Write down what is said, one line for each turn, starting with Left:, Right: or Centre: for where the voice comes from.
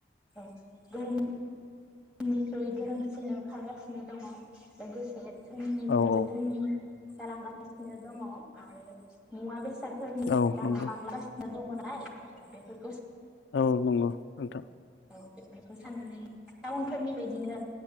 Centre: औ गोरों निख्रै गोरोंसिन ओंखारगासिनो दङ। लोगोसे धोनिनिख्रैबो
Left: औ औ
Centre: धोनि जालांगासिनो दङ आरो मुवा बेसादफोरनि
Left: औ
Centre: दामा
Left: नंगौ
Centre: बांलांगासिनो दङ नालाय औ बेफोर
Left: औ नंगौ नोंथां
Centre: औ बेफोरखौ साननानै टाउनफोरनि बायदिनो